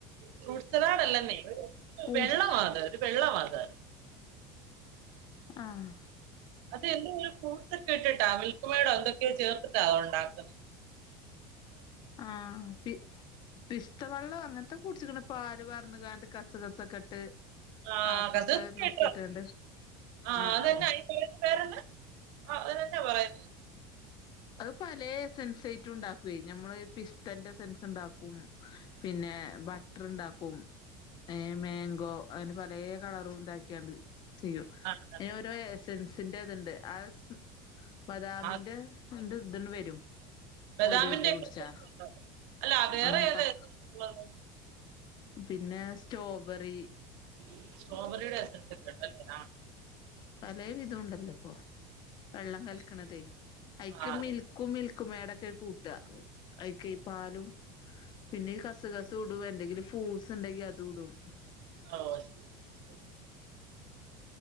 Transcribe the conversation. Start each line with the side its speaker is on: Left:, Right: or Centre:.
Right: ഫ്രൂട്ട് സലാഡല്ലെന്നെ ഒരു
Left: ഫ്രൂട്ട്സ്
Right: വെള്ളാവാത് ഒരു വെള്ളവാത്
Left: ആഹ്
Right: അത് എന്തെ കൂസ് ഒക്കെ ഇട്ടിട്ടാ മിൽക് മേഡോ എന്തൊക് ഒ ചേർത്തിട്ടാ അ ഒണ്ടാക്കുന്നെ
Left: ആഹ പി പിസ്തവെള്ളം അങ്ങനത്തെ കുടിച്ചിക്കിണ പാല് വറന്നു കണ്ട് കസ കസൊക്കെ ഇട്ട്
Right: ആഹ
Left: ആപ്പിളൊക്കെ
Right: കത്
Left: നുറുക്കിയിട്ടാണ്ട്
Right: കേട്ട ആഹ
Left: ആഹ്
Right: അതന്നെയി
Left: ആഹ് ആഹ്
Right: അയി അയിന്റെ പേരന്ന ആഹ അത് തന്നാ പറയന്ന്
Left: അത് പല എസെൻസായിട്ടും ഉണ്ടാക്കുവേ ഞമ്മള് പിസ്തന്റെ എസെൻസ് ഇണ്ടാക്കും
Right: ആ
Left: പിന്നെ ബട്ടർ ഇണ്ടാക്കും ഏ മേങ്കോ അങ്ങനെ പലേ കളറും ഇണ്ടാക്കിയാണ് ചെയ്യൂ
Right: ആണല്ലേ
Left: എ ഓരോ എസൻസ് തിന്റെ അതിണ്ട് ആ <unintelligible> ബദാമിന്റെ
Right: ആ
Left: എന്ത് ഇതുണ്ട് വരും
Right: ബദാമിന്റെ
Left: ഓരോ ഇത് കുടിച്ചാ
Right: ഒക്കെ എസൻസ്ണ്ടോ അല്ല വേറെ
Left: ആഹ് പ്പ
Right: ഏതാ എസൻസിള്ളത്
Left: പിന്നെ സ്റ്റോബെറി
Right: ഉ സോബറിയുടെ എസൻസ് എക്കെ എണ്ടല്ലേ ആ
Left: പലേ വിധം ഉണ്ടല്ലോ ഇപ്പൊ വെള്ളം കലിക്കണതേ
Right: അല്ലേ
Left: അയിക്ക്
Right: ആ അതെ
Left: മിൽക്കും മിൽക്കും മേടക്കൊ ദേ കൂട്ടാ ഐക്കെ ഈ പാലും പിന്നെ കസ് കസും ഇടും <unintelligible> എന്തെങ്കിലും ഫ്രൂസ് എണ്ടെങ്കിൽ അതുഇടും
Right: ആ ശരി ശ ശരി